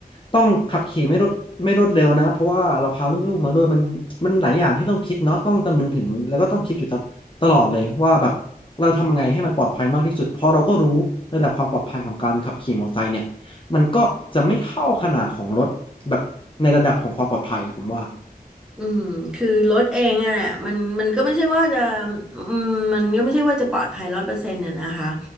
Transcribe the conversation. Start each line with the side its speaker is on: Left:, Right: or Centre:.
Left: ต้องขับขี่ไม่รวดไม่รวดเร็วนะเพราะว่าเราพาลูกๆมาด้วยมันมันหลายอย่างที่ต้องคิดเนาะต้องคำนึงถึงแล้วก็ต้องคิดอยู่ตลตลอดเลยว่าแบบเราทำยังไงให้มันปลอดภัยมากที่สุดเพราะเราก็รู้ระดับความปลอดภัยของการขับขี่มอเตอร์ไซค์เนี่ยมันก็จะไม่เท่าขนาดของรถแบบในระดับของความปลอดภัยอะผมว่า
Centre: อืมคือรถเองอะแหละมันมันก็ไม่ใช่ว่าจะอืมมันก็ไม่ใช่ว่าจะปลอดภัยร้อยเปอร์เซ็นต์ะนะคะ